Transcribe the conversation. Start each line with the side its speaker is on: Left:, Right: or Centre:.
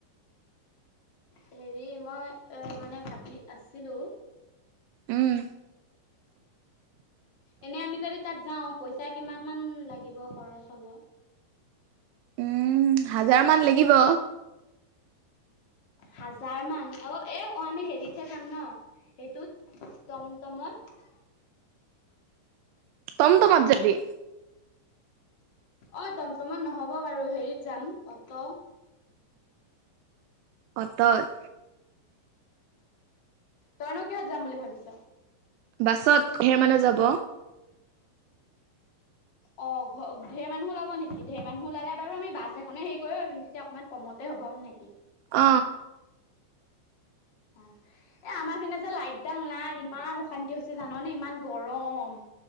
Left: হেৰি মই এ মানে ভাবি আছিলো
Right: উম
Left: এনে আমি যদি তাত যাওঁ পইচা কিমান মান লাগিব খৰচ হ'ব
Right: উম হাজাৰ মান লাগিব।
Left: হাজাৰ মান অ এ অ আমি হেৰিতহে যাম ন এইটোত টমটমত
Right: টমটমত যাবি
Left: অ' টমটমত নহ'ব বাৰু হেৰিত যাম অটো
Right: পতত
Left: তইনো কিহত যাম বুলি ভাবিছ?
Right: বাছত হে মানে যাব
Left: অ ঘ ধেৰ মানুহ উলাব নেকি ধেৰ মানুহ উলালে বাৰু আমি বাছ এখনে হেই কৰিবাৰম তেতিয়া অকণমান কমতে হ'ব নেকি?
Right: অ
Left: অ এ আমাৰ ফিনে যে লাইটডাল নাই ইমান অশান্তি হৈছে জাননে ইমান গৰম